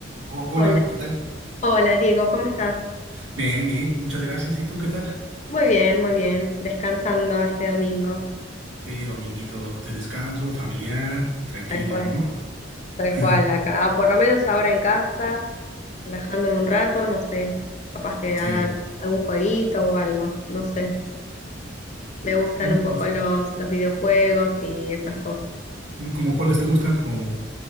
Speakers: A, on the right; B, on the left.
A: Oh, hola,
B: Hola,
A: ¿qué tal?
B: hola Diego, ¿cómo estás?
A: Bien, bien, muchas gracias. ¿Y tú qué tal?
B: Muy bien, muy bien, descansando este domingo,
A: Sí, dominguito de descanso, familiar, tranquilo,
B: tal cual,
A: ¿no?
B: tal
A: <laughs>
B: cual acá, o por lo menos ahora en casa, relajándome un rato, no sé, capaz que
A: Sí,
B: hagan
A: sí.
B: algún jueguito o algo, no sé, me gustan
A: Mm,
B: un poco
A: es-
B: los, los videojuegos y esas cosas.
A: mm, ¿Cómo cuáles te gustan? O